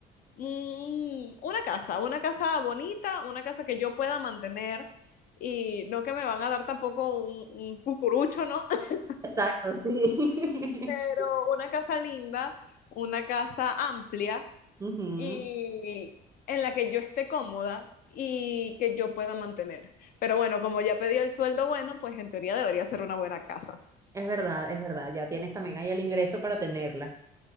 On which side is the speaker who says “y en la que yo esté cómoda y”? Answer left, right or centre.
Left